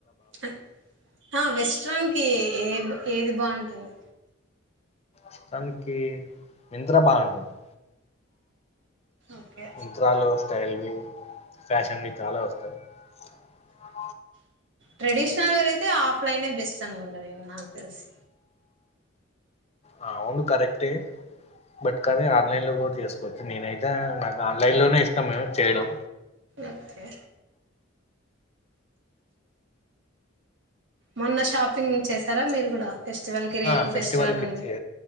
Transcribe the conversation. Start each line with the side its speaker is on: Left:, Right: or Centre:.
Right: హ హా వెస్ట్రన్ కి ఏ ఏది బావుంటుంది
Left: ష్ట్రన్ కి మింత్రా బావుంటుంది
Right: ఓకే
Left: మిన్ త్రా లో స్టైల్ వ్యూ ఫ్యాషన్ వి చాలా వస్తాయి ఆ
Right: ట్రెడిషనల్ వేర్ అయితే ఆఫ్లైనే బెస్ట్ అనుకుంట నేను నాకు తెలిసి
Left: అ అవును కరెక్టే బట్ కానీ ఆన్లైన్ లో కూడా చేసుకోవచ్చు నేనైతే నాకు ఆన్లైన్ లోనే ఇష్టం చేయడం
Right: ఓకే మొన్న షాపింగ్ చేసారా మీరు కూడా ఫెస్టివల్ కి రేపు
Left: ఆ ఫెస్టివల్ కి
Right: ఉంది
Left: చే